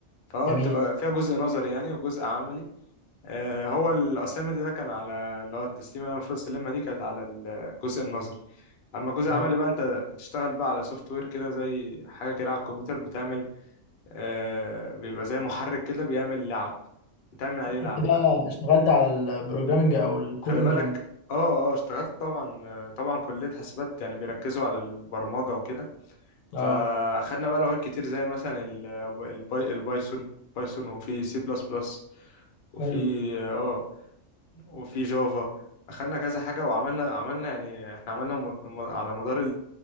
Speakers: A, on the left; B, on the left.
A: فهو
B: جميل
A: بتبقى فيها جزء نظري يعني وجزء عملي آه، هو الأسامة ده كان على اللي هو التسليمة اللي أنا المفروض أسلمها دي كانت على الجزء النظري أما الجزء
B: حلو
A: العملي بقى أنت بتشتغل بقى على سوفت وير كده زي حاجة كده على الكمبيوتر بتعمل آه بيبقى زي محرك كده بيعمل لعب بتعمل عليه لعب
B: انت بقى
A: بقى
B: اشتغلت على البروجرامنج او الكودينج
A: خلي بالك
B: الم...
A: اه اه اشتغلت طبعا آه، طبعا كلية حاسبات يعني بيركزوا على البرمجة وكده
B: اه
A: فأخدنا بقى لغات كتير زي مثلا ال- الباي البايثون بايثون وفي سي بلس بلس وفي
B: حلو
A: اه آه، وفي جافا اخدنا كذا حاجة وعملنا عملنا يعني احنا عملنا م- م- على مدار